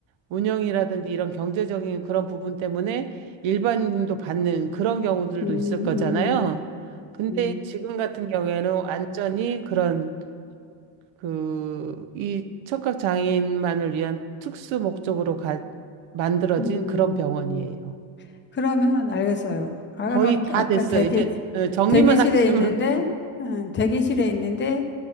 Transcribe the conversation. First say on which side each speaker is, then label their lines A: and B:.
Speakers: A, on the right; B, on the left.
A: 운영이라든지 이런 경제적인 그런 부분 때문에 일반인도 받는 그런 경우들도
B: 음, 음,
A: 있을 거잖아요. 근데
B: 음,
A: 지금 같은 경우에는 완전히 그런 그 이 청각 장애인만을 위한 특수 목적으로 가, 만들어진
B: 음,
A: 그런 병원이에요.
B: 음. 그러면 알겠어요. 아까,
A: 거의 다
B: 아까
A: 됐어요.
B: 대기,
A: 이제 어, 정리만
B: 대기실에
A: 하시면
B: 있는데,
A: <laughs>
B: 음, 대기실에 있는데,